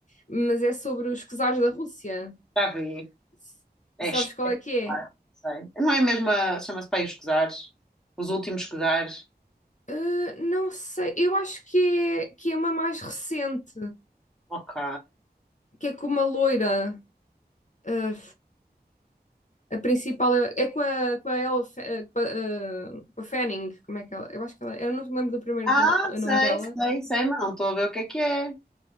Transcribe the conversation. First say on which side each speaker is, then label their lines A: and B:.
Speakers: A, on the left; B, in the centre.
A: Mas é sobre os czares da Rússia.
B: já vi.
A: S-
B: É
A: Sabes
B: espetacular,
A: qual é que é?
B: sei. Não é mesmo a. Chama-se Pai os Cosares? Os Últimos Cosares?
A: Ah, não sei, eu acho que é, que é uma mais recente,
B: Ok.
A: que é com uma loira. Ah, a principal é, é com a, com a Ella Fa- ah, com a, ah, com a Fanning, como é que ela? Eu acho que ela. Eu não me lembro do primeiro
B: Ah,
A: do-
B: sei,
A: nome dela,
B: sei, sei, mas não estou a ver o que é que é.